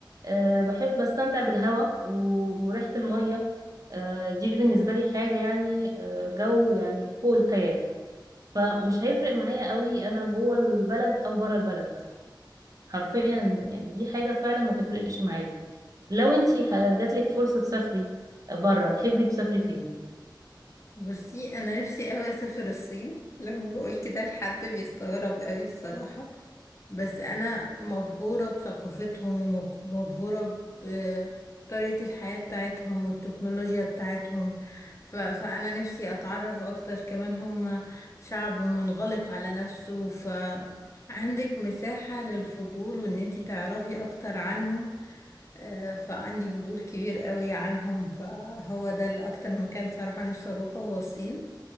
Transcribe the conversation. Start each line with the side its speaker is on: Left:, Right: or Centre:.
Right: آه، بحب بستمتع بالهواء و- وريحه الميه آه، دي بالنسبه لي حاجه يعني آه، جو يعني فوق الخيال فمش هيفرق معايا قوي انا جوه البلد او بره البلد حرفيا يعني دي حاجه فعلا ما تفرقش معايا لو انتي ه- جاتلك فرصه تسافري بره تحبي تسافري فين
Left: بصي انا نفسي قوي اسافر الصين لما بقول كده لحد بيستغرب قوي الصراحة بس انا مبهورة بثقافتهم ومبهورة بطريقة الحياة بتاعتهم والتكنولوجيا بتاعتهم ف... فانا نفسي اتعرف اكتر كمان هم شعب منغلق على نفسه فعندك مساحة للفضول وان انتي تعرفي اكتر عنهم آه، فعندي فضول كبير قوي عنهم فهو ده الأكتر مكان صراحة نفسي أروحه هو الصين